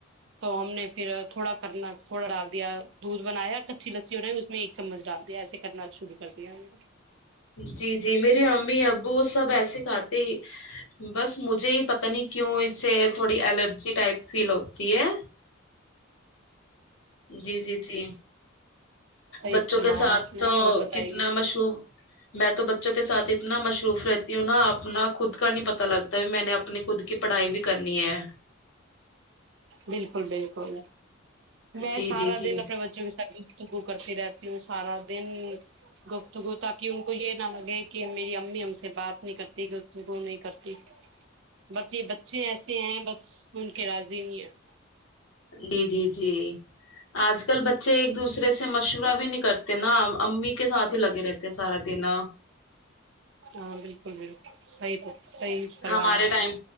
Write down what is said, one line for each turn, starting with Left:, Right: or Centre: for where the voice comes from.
Right: تو ہم نے پھر تھوڑا کرنا تھوڑا ڈال دیا دودھ بنایا کچی لسی ہو رہ اس میں ایک چمچ ڈال دیا ایسے کرنا شروع کر دیا ہم نے
Left: جی جی میرے امی ابو وہ سب ایسے کھاتے ہی بس مجھے ہی پتہ نہیں کیوں اس سے تھوڑی الرجی ٹائپ فیل ہوتی ہے جی جی جی
Right: صحیح
Left: بچوں
Right: فرمایا
Left: کے ساتھ
Right: آپ نے اور بتائیے
Left: کتنا مشہور میں تو بچوں کے سات ہی نا مصروف رہتی ہوں نا اپنا خود کا نہیں پتا پتا لگتا ہے میں نے اپنے خود کے پڑھائی بھی کرنی ہے
Right: بالکل بالکل میں
Left: جی
Right: سارا
Left: جی جی
Right: دن اپنے بچوں کے ساتھ گگو کرتی رہتا توں سارا دن گف <unintelligible> تاکہ ان کو یہ نہ لگے کہ میری امی ہم سے بات نہیں کرتی وہ نہیں کرتی بٹ یہ بچے ایسے ہیں بس <unintelligible> ان کے را زیا <unintelligible>
Left: جی جی جی آج کل بچ <inaudible> <inaudible> ایک دوسر سے مشورہ بھی نک <unintelligible> کرتے نا امی کے ساتھ ہی لگے رہتے ہیں سارا دن <unintelligible>
Right: ہاں بالکل بالکل <inaudible> صحیح صحیح کروایا
Left: ہمارے
Right: آپ
Left: ٹائم
Right: نے